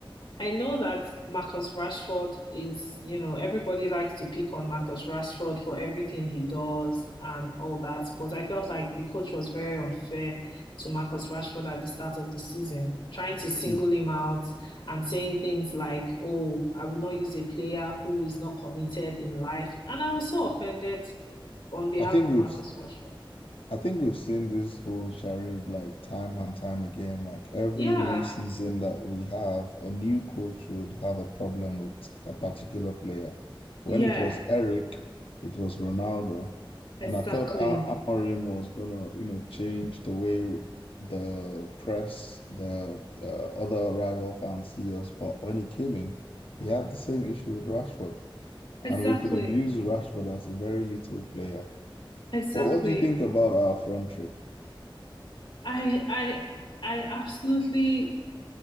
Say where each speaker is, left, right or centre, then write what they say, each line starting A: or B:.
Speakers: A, on the left (about 70°); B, on the left (about 85°).
A: I know that Marcus Rashford is, you know, everybody likes to pick on Marcus Rashford for everything he does and all that, but I felt like the coach was very unfair to Marcus Rashford at the start of the season, trying to single
B: Yeah.
A: him out and saying things like, "Oh, I will not use a player who is not committed in life." And I was so offended on behalf
B: I think
A: of
B: we've
A: Marcus Rashford.
B: I think we've seen this whole charade like time and time again. Like every
A: Yeah,
B: new season that we have, a new coach would have a problem with a particular player.
A: yeah,
B: When it was Eric, it was Ronaldo.
A: exactly.
B: And I thought Al Amorim was gonna, you know, change the way the press, the uh, other rival fans see us. But when he came in, he had the same issue with Rashford.
A: Exactly.
B: And we could have used Rashford as a very little player.
A: Exactly.
B: What, what do you think about our front three?
A: I I I absolutely